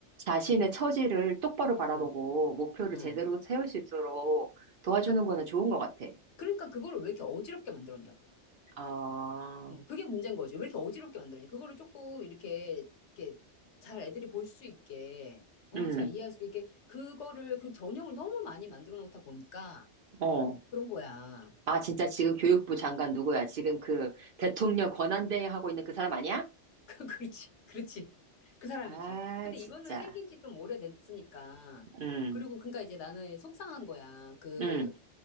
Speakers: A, on the right (about 60°); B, on the left (about 70°).
A: 자신의 처지를 똑바로 바라보고
B: 음,
A: 목표를
B: 음.
A: 제대로 세울 수 있도록 도와주는
B: 그러니까,
A: 거는 좋은 것 같아.
B: 그러니까 그거를 왜 이렇게 어지럽게 만들었냐고.
A: 아,
B: 어, 그게 문제인 거죠. 왜 이렇게 어지럽게 만들었냐. 그거를 조금 이렇게, 이렇게 잘 애들이 볼 수 있게, 어,
A: 음,
B: 잘 이해할 수 있게, 그거를, 그 전형을 너무 많이 만들어 놓다 보니까
A: 어,
B: 그런 거야.
A: 아,
B: <laughs>
A: 진짜 지금 교육부 장관 누구야? 지금 그 대통령 권한대행 하고 있는 그 사람 아니야?
B: 그, 그렇지, 그렇지. 그 사람이지.
A: 아,
B: 근데
A: 진짜.
B: 이거는 생긴 지 좀 오래됐으니까.
A: 음,
B: 그리고 그러니까 이제 나는 속상한 거야. 그
A: 음,